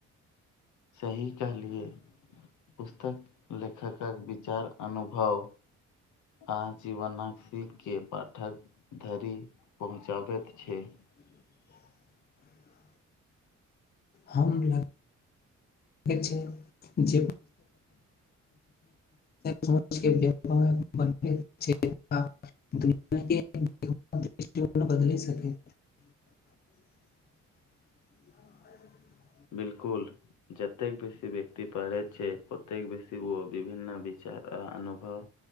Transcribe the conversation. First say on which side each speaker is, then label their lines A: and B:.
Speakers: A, on the left (about 75°); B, on the left (about 30°).
A: सही कहलिए पुस्तक लेखकक विचार अनुभव आ जीवनक सीखके पाठक धरि पहुँचाबैत छै
B: <inaudible> हमरा छै जे समाजके व्यहार बन छै आ दृष्टिकोण बदल सक <unintelligible>
A: बिलकुल जतेक बेसी व्यक्ति पढ़ैत छै ओतेक बेसी ओ विभिन्न वि आर अनुभव